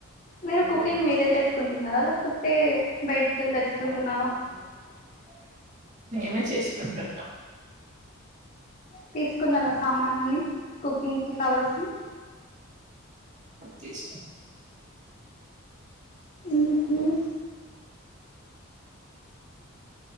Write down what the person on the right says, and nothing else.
మేమే చేసుకుంటున్నాం.
తీస్